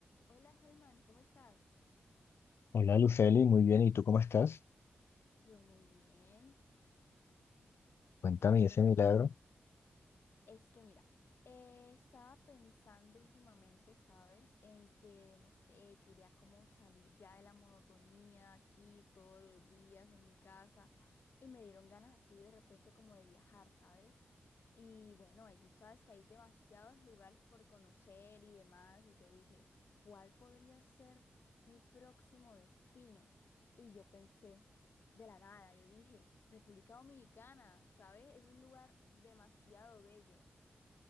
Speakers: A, on the left; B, on the left.
A: Hola Holman, ¿cómo estás?
B: Hola Luceli, muy bien, ¿y tú cómo estás?
A: Yo muy bien.
B: Cuéntame
A: Bueno,
B: ese milagro.
A: mira, es que mira, eh, estaba pensando últimamente, ¿sabes? En que, no sé, quería como salir ya de la monotonía aquí todos los días en mi casa y me dieron ganas así de repente como de viajar, ¿sabes? Y bueno, eh, tú sabes que hay demasiados lugares por conocer y demás, y yo dije, ¿cuál podría ser mi próximo destino? Y yo pensé... de la nada. Yo dije, República Dominicana, ¿sabes? Es un lugar demasiado bello.